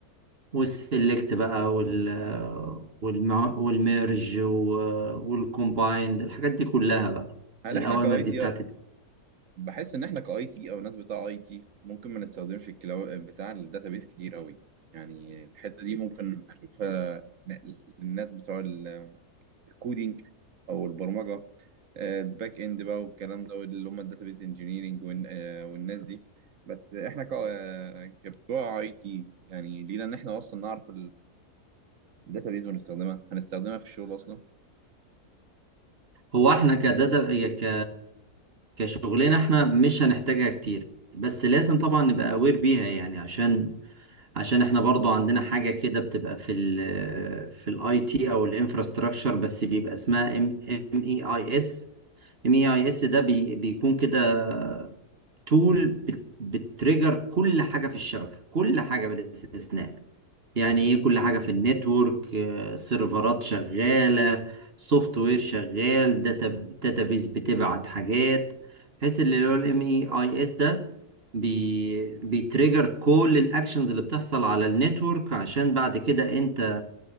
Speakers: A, on the right (about 40°); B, on the right (about 60°).
A: والسلكت بقى وال والم... والميرج و... والكومبايند الحاجات دي كلها بقى
B: هل
A: الأوامر
B: احنا كاي
A: دي
B: تي
A: بتاعت
B: بحس ان احنا كاي تي او ناس بتاع اي تي ممكن ما نستخدمش الكلاو بتاع الداتابيس كتير قوي يعني الحته دي ممكن اشوفها نقل للناس بتوع ال- الكودينج او البرمجه آه، الباك اند بقى والكلام ده اللي هم الداتابيس انجينيرنج والناس دي بس احنا ك- آه، كبتوع اي تي يعني لينا ان احنا اصلا نعرف الداتابيس ونستخدمها هنستخدمها في الشغل اصلا
A: هو احنا كداتا يا ك كشغلنا احنا مش هنحتاجها كتير بس لازم طبعا نبقى اوير بيها يعني عشان عشان احنا برضو عندنا حاجة كده بتبقى في ال في الاي تي او الانفراستراكشر بس بيبقى اسمها ام ام اي اي اس ام اي اي اس ده بي بيكون كده تول بت- بتريجر كل حاجه في الشبكه كل حاجه بلا استثناء يعني ايه كل حاجه في النتورك آه، سيرفرات شغاله سوفت وير شغال داتا داتابيز بتبعت حاجات بحيث اللي هو الام اي اي اس ده بي بيتريجر كل الاكشنز اللي بتحصل على النتورك عشان بعد كده انت